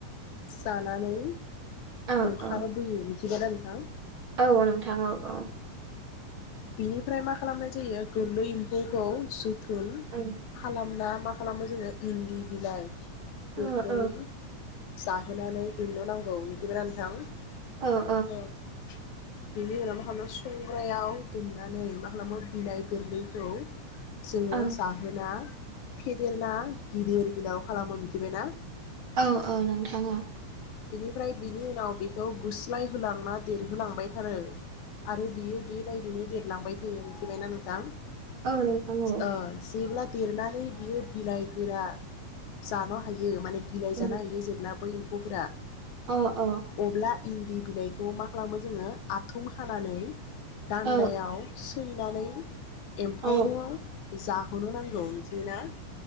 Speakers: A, on the left (about 75°); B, on the right (about 45°).
A: जानानै
B: औ
A: अंखार
B: औ
A: बोयो <unintelligible> थिबायना नोंथां।
B: औ नोंथां औ औ।
A: बिनिफ्राय मा खालामनाय जायो गोरलै एम्फौखौ जो धुल
B: औ
A: खालामनाम मा खालामो जोङो इन्दि बिलाइ।
B: औ
A: गुरनै
B: औ औ
A: जाहोनानै दोननो नांगौ मिथिबायना नोंथां
B: औ
A: <unintelligible> बेनि उनाव मा खालामो संग्रायाव दोननानै मा खालामो बिलाइ गोरलैखौ। जोङो
B: औ
A: जाहोना। फेदेरना गिदिर <unintelligible> खालामो मिथिबायना
B: औ औ नोंथाङा
A: बिनिफ्राय बिनि उनाव बेखौ गुस्लाय होलांना देरहोलांबायथारो आरो बियो बेबायदिनो देरलांबाय थायो <unintelligible> नोंथां
B: औ नोंथां औ
A: ओ जेब्लाद देरनानै बियो बिलाइ गोरा जान' हायो माने बिलाइ
B: औ
A: जानो हायो जेब्ला बै एम्फौफोरा
B: औ औ
A: अब्ला इन्दि बिलाइखौ मा खालामो जोङो आथुम खानानै दान्दायाव
B: औ
A: सैनानै एम्फौनो
B: औ
A: जाहोनो नां <unintelligible>